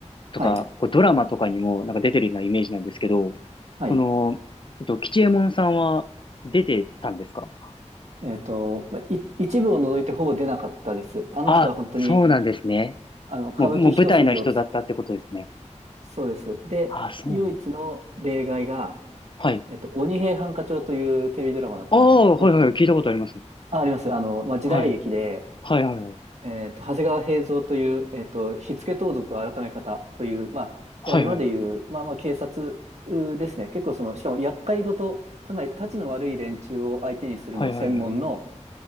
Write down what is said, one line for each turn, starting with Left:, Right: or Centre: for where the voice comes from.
Left: とか、
Right: はい。
Left: こうドラマとかにもなんか出てるようなイメージなんですけど、
Right: はい。
Left: その、えっと、吉右衛門さんは出てたんですか
Right: えっと、まい、一部を除いてほぼ出なかったです。あの人は本当に、
Left: あ、そうなんですね。
Right: あの、歌舞伎一筋をつ、
Left: もう、もう舞台の人だったってことですね。
Right: そうです。で、
Left: あ、そうなんだ。
Right: 唯一の例外が、
Left: はい。
Right: えっと、鬼平犯科帳というテレビドラマだったんですね。
Left: ああ、はいはい、
Right: これ
Left: 聞いたことあります。
Right: あ、あります。あの、まあ、時代劇で、
Left: はい。はいはいはい。
Right: えっと、長谷川平蔵という、えっと、火付盗賊改め方という、まあ、
Left: はいはいはい。
Right: いわゆる今でいう、まあまあ、警察うーですね。結構その、しかも厄介ごと、かなりたちの悪い連中を相手にするのを専門の、
Left: はいはいはい。